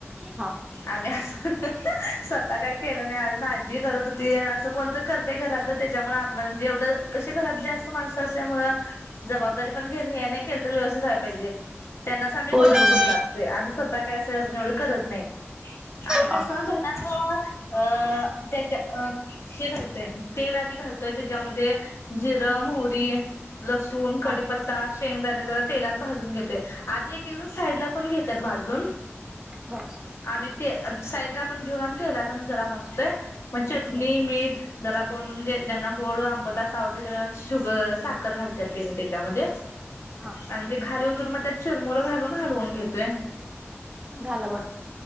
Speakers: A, on the right; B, on the left.
A: हा
B: आम्ही अस स्वतः काय केलं नाही अज आजी करत होती असं कोणत करते घरातलं त्याच्यामुळे आ म्हणजे एवढं कशी घरात जास्त असल्यामुळे जबाबदारी पण घे नाही केल तर व्यवस्थितय पाहिजे त्यांनाच आम्ही मदत
A: होय होय
B: करू लागतोय आम्ही स्वतः काही असंजवढ करत नाही आम्ही कसं
A: हा हा
B: अ त्याच्या अ हे घालतय तेल आधी घालतोय त्याच्यामध्ये जिरम होरी लसूण
A: हा
B: कडीीपत्ता शेंगदाणे ज तेलात भाजून घेते आधी एक एक साईड ला पण घेतात भाजून
A: बस
B: आम्ही ते साईडला पण घेऊन आणि तेलातण जरा भासतोय मग चटणी
A: बर
B: मीठ जरा कोण म्हणजे ज्यांना गोड आंबट असं आवडते साख घालत त्याच्यामध्ये
A: हा
B: खा ून मग त्यात चिरमुरं घालून हलवून घेतोय
A: झालं बर